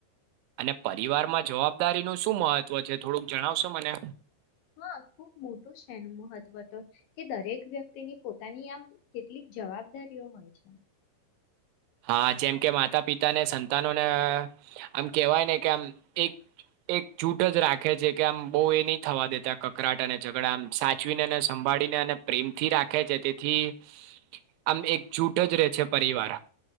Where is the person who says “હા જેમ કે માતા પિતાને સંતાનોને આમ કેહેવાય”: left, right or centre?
Right